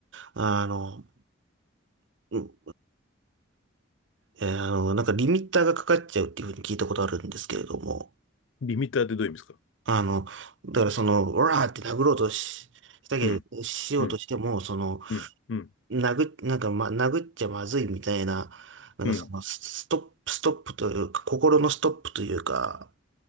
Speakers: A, on the right; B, on the left.
A: あの、うん、えーあの、なんかリミッターがかかっちゃうっていうふうに聞いたことあるんですけれども、
B: リミッターってどういう意味ですか
A: あの、だからその、オラーって殴ろうとし、したけど、
B: うん。
A: しようとしても、
B: うん。
A: その、
B: うん。うん。
A: 殴っ、なんか、ま、殴っちゃまずいみたいな、なんかその、
B: うん。
A: スストップ、ストップというか、心のストップというか、